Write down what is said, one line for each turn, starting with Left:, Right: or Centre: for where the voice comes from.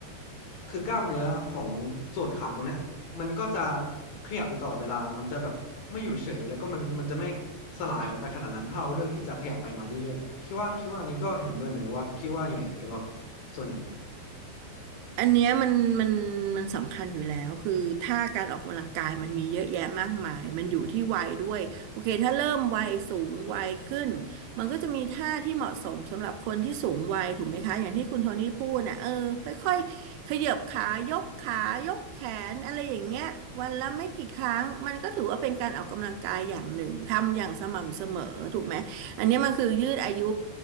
Left: คือกล้ามเนื้อของส่วนขาตรงเนี้ยมันก็จะขยับอยู่ตลอดเวลามันจะแบบไม่อยู่เฉยแล้วก็มันมันจะไม่สลายไปขนาดนั้นถ้าเราเลือกที่จะขยับไปมาเรื่อยๆคิดว่าคิดว่าอันนี้ก็เห็นด้วยไหมหรือว่าคิดว่ายังไงเกี่ยวกับส่วนเนี้ย
Right: อันเนี้ยมันมันมันสำคัญอยู่แล้วคือถ้าการออกกำลังกายมันมีเยอะแยะมากมายมันอยู่ที่วัยด้วยโอเคถ้าเริ่มวัยสูงวัยขึ้นมันก็จะมีท่าที่เหมาะสมสำหรับคนที่สูงวัยถูกไหมคะอย่างที่คุณโทนี่พูดน่ะเออค่อยๆขยับขายกขายกแขนอะไรอย่างเงี้ยวันละไม่กี่ครั้งมันก็ถือว่าเป็นการออกกำลังกายอย่างหนึ่งทำอย่างสม่ำเสมอถูกไหม อันเนี้ยมันคือยืดอายุ